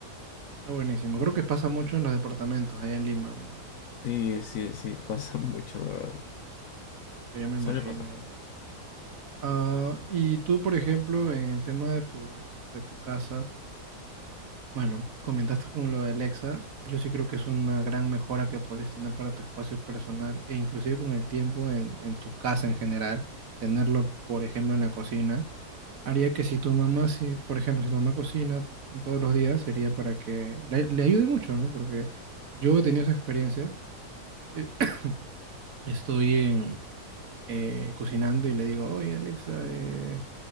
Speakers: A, on the right; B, on the left.
A: Está buenísimo. Creo que pasa mucho en los departamentos allá en Lima, ¿no?
B: Sí, sí, sí, <laughs> pasa mucho, la verdad.
A: Eh, Ya me
B: Suele
A: imagino,
B: pasar.
A: ya. Ah, y tú, por ejemplo, en el tema de tu, de tu casa, bueno, comentaste con lo de Alexa, yo sí creo que es una gran mejora que podrías tener para tu espacio personal e inclusive con el tiempo en, en tu casa en general, tenerlo, por ejemplo, en la cocina, haría que si tu mamá, si, por ejemplo, si tu mamá cocina todos los días, sería para que le, le ayude mucho, ¿no? Porque yo he tenido esa experiencia. que <clears throat> Estoy en, eh, cocinando y le digo, oye Alexa, eh,